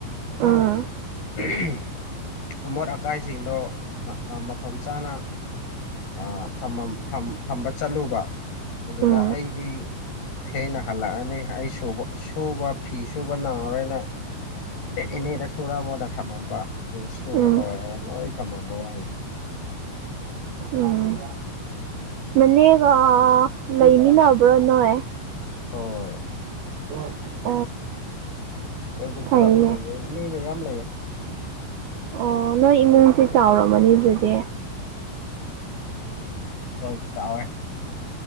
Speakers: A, on the right (about 75°); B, on the left (about 45°).
A: ꯎꯝ
B: <unintelligible> ꯑꯃꯣꯠ ꯑꯀꯥꯏꯁꯤꯡꯗꯣ ꯃꯐꯝ ꯃꯐꯝ ꯆꯥꯅ ꯑ ꯊꯝꯃꯝ ꯊꯝ ꯊꯝꯕ ꯆꯠꯂꯨꯕ ꯑꯗꯨꯗ
A: ꯎꯝ
B: ꯑꯩꯗꯤ ꯊꯦꯡꯅ ꯍꯜꯂꯛꯑꯅꯤ ꯑꯩ ꯁꯨꯕ ꯁꯨꯕ ꯐꯤ ꯁꯨꯕ ꯅꯪꯉꯔꯣꯏ ꯅꯪ ꯏꯅꯦꯗ ꯁꯨꯔꯝꯃꯣꯅ ꯊꯝꯃꯝꯕ ꯐꯤ ꯁꯨꯕ
A: ꯎꯝ
B: ꯂꯣꯏꯔꯒ ꯂꯣꯏ ꯊꯝꯃꯝꯕ ꯋꯥꯅꯦ
A: ꯎꯝ ꯅꯅꯦꯒ ꯂꯩꯃꯤꯟꯅꯕ꯭ꯔꯥ ꯅꯣꯏ
B: ꯍꯣꯏ
A: <unintelligible>
B: ꯑꯩꯗꯤ
A: ꯐꯩꯅꯦ
B: ꯄꯨꯂꯞ ꯂꯩꯌꯦ ꯃꯤ ꯃꯌꯥꯝ ꯂꯩꯌꯦ
A: ꯑꯣ ꯅꯣꯏ ꯏꯃꯨꯡꯁꯤ ꯆꯥꯎꯔꯝꯃꯅꯤ ꯑꯗꯨꯗꯤ
B: ꯍꯣꯏ ꯆꯥꯎꯋꯦ